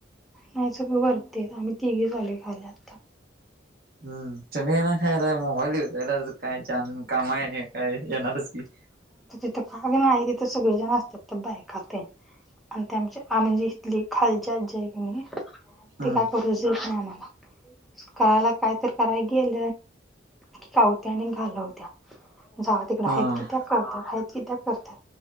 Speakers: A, in the centre; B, on the right.
A: नाही सगळ वरती येत आम्ही तिघे आलो खाले आता.
B: हम् तुम्ही ये ना नाही मोबाईल युजला काय छान कामा नाही काय येणारच की.
A: तथ का नाही तिथे सगळेजण असतात बायका तीन आण ते आमच्या आ म्हणजे इथली खालची आजी ये कणी
B: हम्म
A: ते काय करूच देत नाही आम्हाला करायला काय तर कराय गेल की कावते आणि घालवत्या जावा तिकड आहेत
B: हा
A: की त्या करत्या आहेत कि त्या करतात